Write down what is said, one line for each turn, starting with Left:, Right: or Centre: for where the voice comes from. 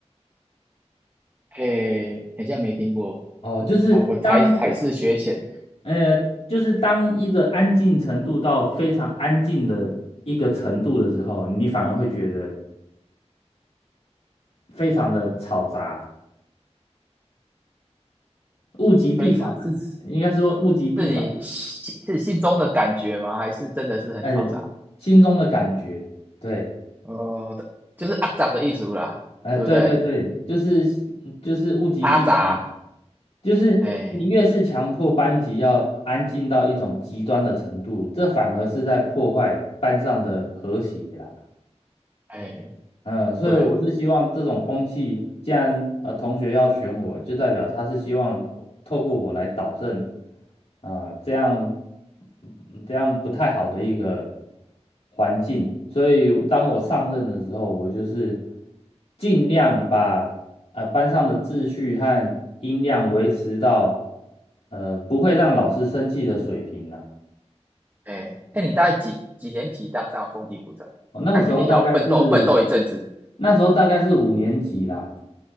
Right: 哎，好像没听过。
Left: 哦，就是当
Right: 啊，我才才是学浅，
Left: 呃，就是当一个安静程度到非常安静的一个程度的时候，你反而会觉得非常的吵杂，物极必反啊，
Right: 非常是是
Left: 应该说物极必反，
Right: 你心是心中的感觉吗？还是真的是很嘈杂？
Left: 呃，心中的感觉，对。
Right: 哦，就是阿杂的艺术啦，
Left: 哎、
Right: 对不对？
Left: 对对对，就是就是物极必反嘛，
Right: 阿杂，
Left: 就是你越是强迫班级要安静到一种极端的程度，
Right: 哎
Left: 这反而是在破坏班上的和谐啦。
Right: 哎，
Left: 嗯，所以我是希望这种风气，
Right: 对，
Left: 既然呃同学要选我，就代表他是希望透过我来导正，啊、这样嗯这样不太好的一个环境。所以当我上任的时候，我就是尽量把呃班上的秩序和音量维持到呃不会让老师生气的水平呐、
Right: 哎哎，你大概几几年级当上风纪股长？
Left: 哦，那个时候大概是
Right: 感觉你要奋斗奋斗一阵子
Left: 那时候大概是五年级啦。